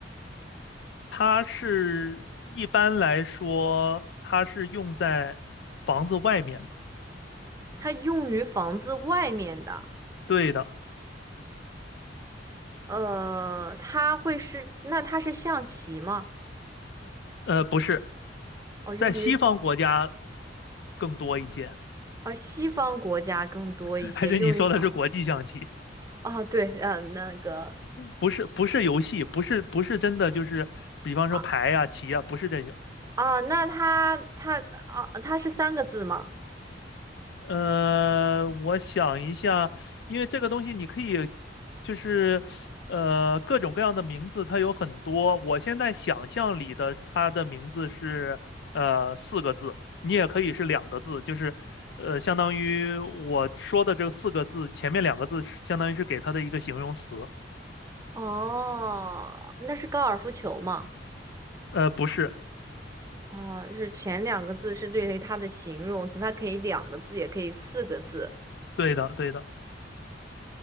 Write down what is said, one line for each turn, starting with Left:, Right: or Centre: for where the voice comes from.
Left: 它是一般来说它是用在房子外面的。
Right: 它用于房子外面的。
Left: 对的，
Right: 呃，它会是，那它是象棋吗？
Left: 呃，不是，
Right: 哦，用于仿，
Left: 在西方国家更多一些，
Right: 哦，西方国家更多一些用于仿。
Left: <laughs> 还是你说的是国际象棋？
Right: 啊。对，呃，那个
Left: 不是，不是游戏，不是，不是真的，就是比方说牌呀、
Right: 啊
Left: 棋呀，不是这种。
Right: 啊，那它它啊，它是三个字吗？
Left: 呃，我想一下，因为这个东西你可以，就是呃各种各样的名字，它有很多。我现在想象里的它的名字是呃四个字，你也可以是两个字，就是呃相当于我说的这个四个字前面两个字是相当于是给它的一个形容词。
Right: 哦，那是高尔夫球吗？
Left: 呃，不是，
Right: 啊，就是前两个字是对于它的形容词，它可以两个字，也可以四个字。
Left: 对的，对的，